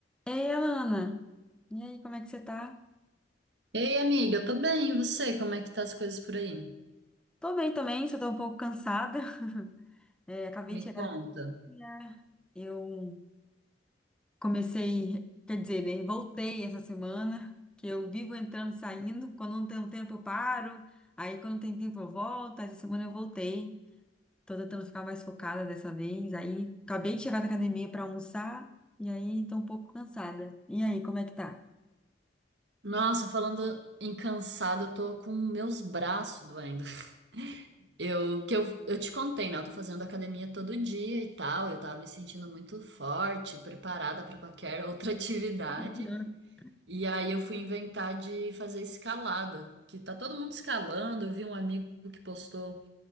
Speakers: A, in the centre; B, on the right.
A: Ei, Alana, e aí, como é que você tá?
B: Ei, amiga, eu tô bem, e você? Como é que tá as coisas por aí?
A: Tô bem também, só tô um pouco cansada. <laughs> É, acabei
B: Me
A: de chegar
B: conta.
A: da academia. Eu comecei, quer dizer, né, voltei essa semana, que eu vivo entrando e saindo. Quando não tem um tempo, eu paro. Aí, quando tem tempo, eu volto. Essa semana eu voltei. Tô tentando ficar mais focada dessa vez. Aí, acabei de chegar da academia pra almoçar. E aí, tô um pouco cansada. E aí, como é que tá?
B: Nossa, falando em cansada, eu tô com meus braços doendo. <laughs> Eu, que eu, eu te contei, né? Eu tô fazendo academia todo dia e tal, eu tava me sentindo muito forte, preparada pra qualquer outra <laughs> atividade.
A: <laughs>
B: E aí eu fui inventar de fazer escalada, que tá todo mundo escalando. Eu vi um amigo que postou,